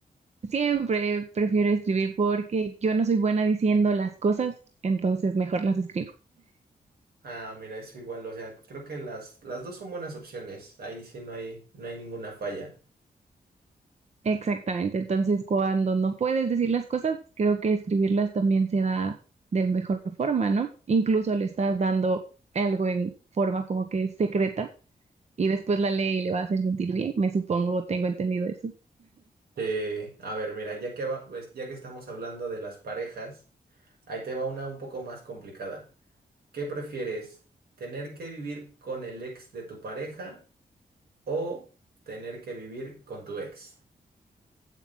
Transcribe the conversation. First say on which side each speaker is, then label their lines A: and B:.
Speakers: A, on the right; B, on the right.
A: Siempre prefiero escribir porque yo no soy buena diciendo las cosas, entonces mejor las escribo.
B: Ah, mira, eso igual, o sea, creo que las, las dos son buenas opciones. Ahí sí no hay, no hay ninguna falla.
A: Exactamente. Entonces, cuando no puedes decir las cosas, creo que escribirlas también se da de mejor forma, ¿no? Incluso le estás dando algo en forma como que secreta y después la lee y le va a hacer sentir bien. Me supongo, tengo entendido eso.
B: Eh, a ver, mira, ya que va- pues, ya que estamos hablando de las parejas, ahí te va una un poco más complicada. ¿Qué prefieres? ¿Tener que vivir con el ex de tu pareja o tener que vivir con tu ex?